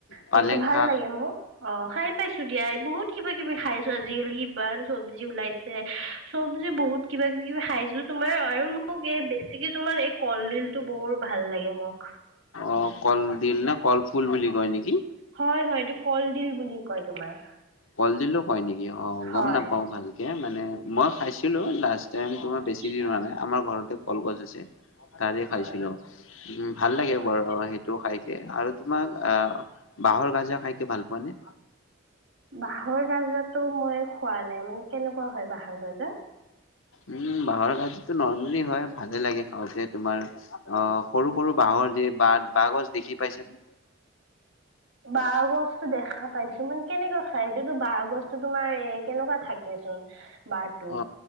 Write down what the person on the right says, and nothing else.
সেইটো ভাল
লাগে মোক অ, খাই পাইছো দিয়া। বহুত কিবা কিবি খাইছো, আজিকালি ইবাৰ চব্জি ওলাইছে চব্জি বহুত কিবা কিবি খাইছো। তোমাৰ আৰু মোক এই বেছিকে তোমাৰ <unintelligible> কলডিলটো বহুৰ ভাল লাগে। মোক
হয়। হয়। এইটো কলডিল বুলি কয় তোমাৰ।
হয়।
আচ্ছা
হয়
আচ্ছা।
বাঁহৰ গাজাটো মই খোৱা নাই মানে কেনেকুৱা হয়। বাঁহৰ গাজা?
বাহ গছটো দেখা পাইছো মানে কেনেকুৱা খাই এইো বাহ গছতো তোমাৰ এ কেনেকুৱা থাকেচোন বাহটো